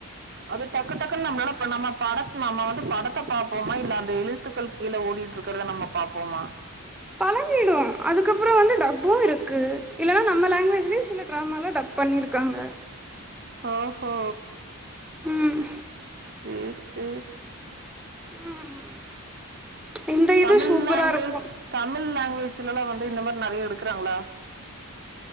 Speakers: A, on the right; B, in the centre.
A: அது டக்கு டக்குன்னு நம்மளளாப் பண்லாமா பட நம்ம வந்து படத்த பாப்போமா இல்ல அந்த எழுத்துக்கள் கீழ ஓடிட்டு இருக்கிறத நம்ம பாப்போமா
B: <unintelligible> அதுக்கப்புறோம் வந்து டப்பு இருக்கு இல்லன்னா நம்ப லாங்குவேஜ்ய சில டிராம டப் பண்ணிருக்காங்க
A: ஓஹோ
B: ம்
A: செர் செரி
B: ம் இந்த இது
A: தமிழ்
B: சூப்பரா
A: லாங்குவேஜ்
B: இருக்கும்
A: தமிழ் லாங்குவேஜ்ல எல்லாம் வந்து இந்த மாரி நறையா எடுக்குறாங்களா